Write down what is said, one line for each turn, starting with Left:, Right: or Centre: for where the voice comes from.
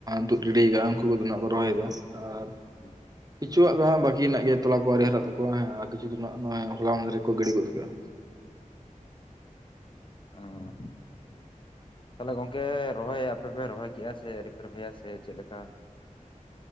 Right: ᱛᱩᱫ ᱡᱤᱰᱤ ᱠᱟᱜᱼᱟ ᱩᱝᱠᱩ ᱠᱚᱜᱮ ᱱᱟᱸᱜ ᱠᱚ ᱨᱚᱦᱚᱭᱮᱫᱟ ᱟᱨ
Left: <inaudible>
Right: ᱠᱤᱪᱷᱩ ᱟᱜ ᱫᱚ ᱦᱟᱸᱜ ᱵᱟᱠᱤ ᱢᱮᱱᱟᱜ ᱜᱮ ᱛᱚᱞᱟ ᱠᱚ ᱟᱹᱣᱨᱤ ᱦᱟᱨᱟᱜ ᱛᱟᱠᱚᱣᱟ ᱦᱮᱸ ᱟᱨ ᱠᱤᱪᱷᱩᱡᱚᱱᱟᱜ ᱱᱚᱜᱼᱚᱭ ᱦᱚᱞᱟ ᱢᱟᱸᱦᱫᱮᱨ ᱜᱮᱠᱚ ᱜᱤᱰᱤ ᱜᱚᱫ ᱠᱟᱜᱼᱟ᱾
Left: ᱚᱸ ᱛᱟᱦᱚᱞᱮ ᱜᱚᱝᱠᱮ ᱨᱚᱦᱚᱭ ᱟᱯᱮᱯᱮ ᱨᱚᱦᱚᱭ ᱠᱮᱜᱼᱟ ᱥᱮᱼᱼ ᱨᱚᱦᱚᱭᱟ ᱥᱮ ᱪᱮᱫ ᱞᱮᱠᱟ,